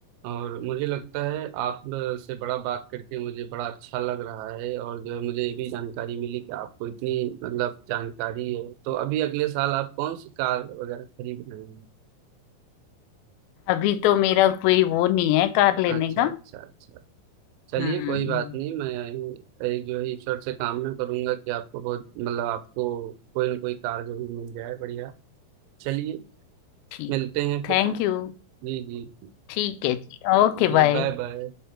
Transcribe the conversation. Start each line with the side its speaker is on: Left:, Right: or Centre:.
Right: और मुझे लगता है आप से बड़ा बात करके मुझे बड़ा अच्छा लग रहा है और जो है मुझे ये भी जानकारी मिली कि आपको इतनी मतलब जानकारी है तो अभी अगले साल आप कौन सी कार वगैरह खरीद रहे हैं
Left: अभी तो मेरा कोई वो नहीं है कार लेने
Right: अच्छा
Left: का
Right: अच्छा अच्छा चलिए
Left: हम्म
Right: कोई बात नहीं मैं एक जो है ईश्वर से कामना करूंगा कि आपको बहुत मतलब आपको कोई ना कोई कार जरूर मिल जाए बढ़िया चलिए
Left: ठीक
Right: मिलते हैं फिर
Left: Thank you
Right: जी जी
Left: ठीक है जी Okay
Right: जी
Left: bye
Right: बाय बाय